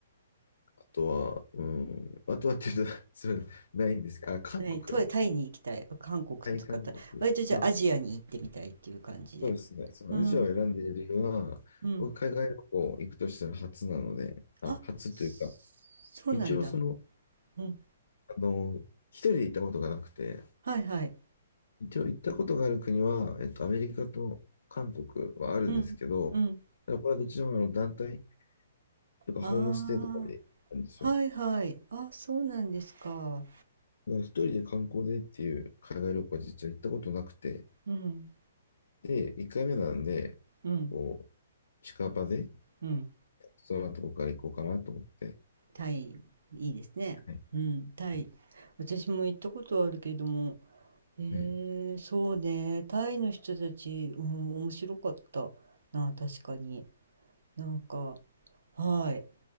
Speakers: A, on the left (about 85°); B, on the right (about 80°).
A: あとは、うん、あとはっていうと <laughs> それないんですけど、あ、韓国、
B: ない、タイ、タイに行きたい。韓国とかタイ、
A: タイ、韓国。
B: 割とじゃあアジアに行ってみたいっていう感じで。
A: まあ、そうですね。そのアジアを選んでいる理由は、
B: うん、うん。
A: 僕海外旅行行くとしたら初なので、あ、
B: あ、
A: 初というか、
B: そそうなんだ。
A: 一応その、
B: うん。
A: あの、一人で行ったことがなくて、
B: はいはい。
A: 一応行ったことがある国は、えっと、アメリカと韓国はあるんですけど、
B: うん、うん。
A: ただこれはどちらもあの団体、とかホームステイとかでなんですよ。
B: ああ、はいはい。あ、そうなんですか。
A: だから一人で観光でっていう海外旅行は実は行ったことなくて、
B: うん、
A: で、一回目なんで、
B: うん、
A: こう、近場で、
B: うん。
A: そんなとこから行こうかなと思って。
B: タイ、いいですね。
A: はい、
B: うん、タイ。
A: はい、
B: 私も行ったことあるけども、え
A: はい、
B: ー、そうね、タイの人たち、うん、面白かったな、確かに。なんか、はい。